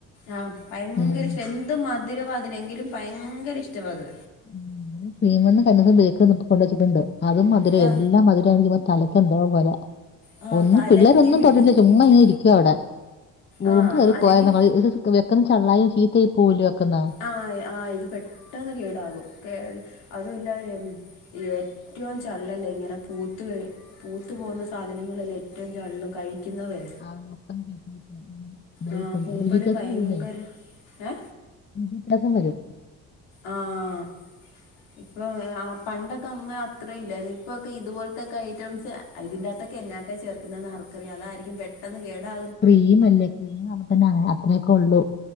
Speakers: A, on the left; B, on the left.
A: ആഹ് ഭയങ്കര
B: ഉം
A: ഇഷ്ടം എ അത് മധുരവാതിനെങ്കിലും ഭയങ്കര ഇഷ്ടവാത്.
B: <unintelligible> ബേക്കറി കൊണ്ട് വച്ചിട്ടുണ്ട് അതും മധുരം
A: ആ
B: എല്ലാ മധുരം തല എന്തോ പോലാ
A: ആ
B: ഒന്നും
A: തലയ്ക്ക്
B: പിള്ളേരൊന്നും
A: പിടിക്ക്
B: തൊട്ടില്ല ചുമ്മ ഇങ്ങനെ ഇരിക്കുവ അവിടെ ഉറുമ്പ്
A: ആ
B: കേറി
A: അല്ലെങ്കിൽ
B: പോയി <unintelligible> <unintelligible> ചള്ളായ ചീത്തായി പോവുലെ വെക്കുന്നാ.
A: ആഹ് ആഹ് ഇത് പെട്ടെന്ന് കേടാകും കേ അതുമല്ല ഏറ്റവും ചള്ളല്ലേ ഇങ്ങനെ പൂത്ത് ക പൂത്തു പോകുന്ന സാധനങ്ങളെല്ലാം ഏറ്റവും ചള്ളും കഴിക്കുന്നതേ
B: <unintelligible>
A: ആഹ് പൂപ്പല് ഭയങ്കര ഏ
B: ഇൻഫെക്ഷൻ വരും
A: ആഹ്
B: <inaudible>
A: ഇപ്പൊ ആ പണ്ടൊക്കെ അങ്ങനെ അത്ര ഇല്ല ഇപ്പൊക്കെ ഇതുപോലത്തെക്കെ ഐറ്റംസ്. ഇതിന്റെകത്തൊക്കെ എന്നാക്ക ചേർക്കുന്നേന്ന് ആർക്കറിയാ അതായിരിക്കും പെട്ടെന്ന് കേടാ
B: ക്രീം അല്ലേ ക്രീം ആകുമ്പ തന്നെ അത്രയൊക്കെ ഉള്ളൂ